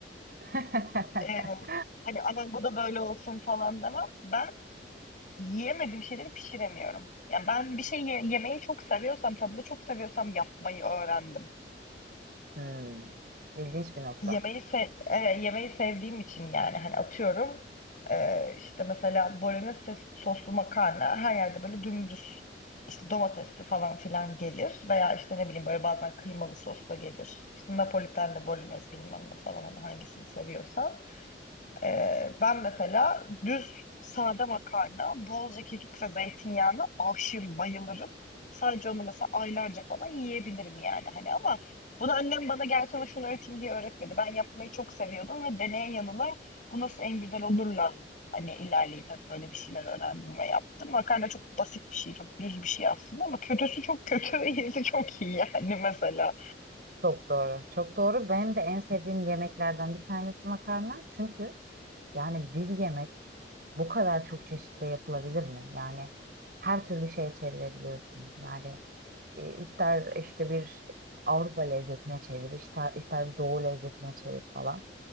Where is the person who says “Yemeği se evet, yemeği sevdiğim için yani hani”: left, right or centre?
Left